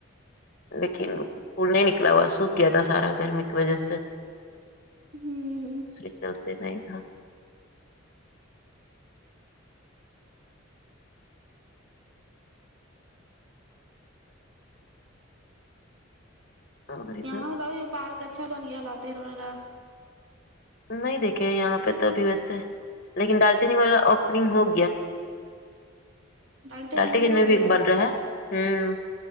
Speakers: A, on the left (about 45°); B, on the right (about 80°).
A: لیکن پھول نہیں نکلا ہوا سوکھ گیا تھا سارا گرمی کی وجہ سے
B: ہوں
A: ایسے چلتے نہیں گاں اور ادھر
B: یہاں والا بھی پارک اچھا بن گیا لاتے روز آ
A: نہیں دیکھے یہاں پہ تو ابھی ویسے لیکن ڈالٹینگ والا اوپنگ ہو گیا
B: ڈالٹین
A: <unintelligible>
B: والا ہو گیا
A: بن رہا ہے امم